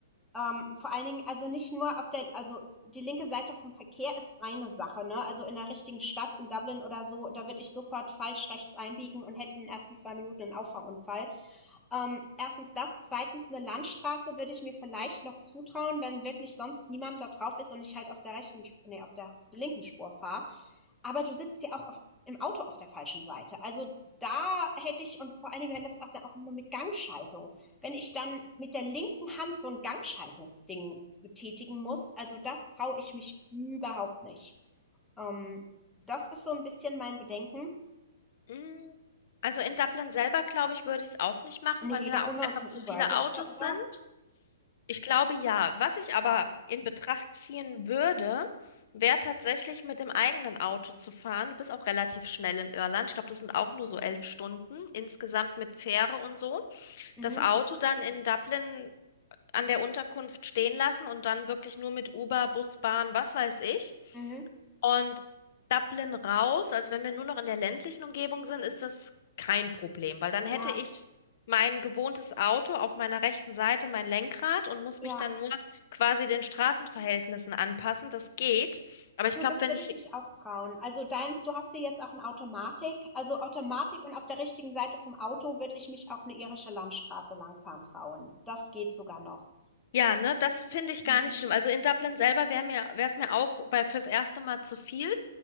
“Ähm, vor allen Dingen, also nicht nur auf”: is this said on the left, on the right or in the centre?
Centre